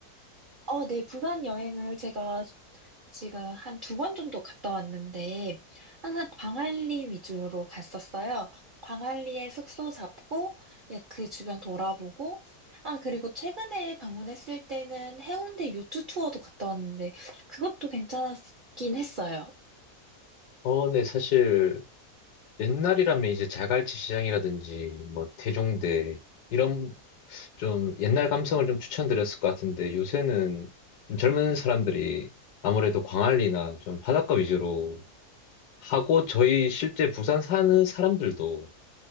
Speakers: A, on the right; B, on the left.
A: 어, 네, 부산 여행을 제가 지금 한 두 번 정도 갔다 왔는데, 항상 광안리 위주로 갔었어요. 광안리에 숙소 잡고, 예, 그 주변 돌아보고, 아, 그리고 최근에 방문했을 때는 해운대 요트 투어도 갔다 왔는데, 그것도 괜찮았긴 했어요.
B: 어, 네, 사실 옛날이라면 이제 자갈치 시장이라든지 뭐 태종대 이런 좀 옛날 감성을 좀 추천드렸을 것 같은데 요새는 좀 젊은 사람들이 아무래도 광안리나 좀 바닷가 위주로 하고 저희 실제 부산 사는 사람들도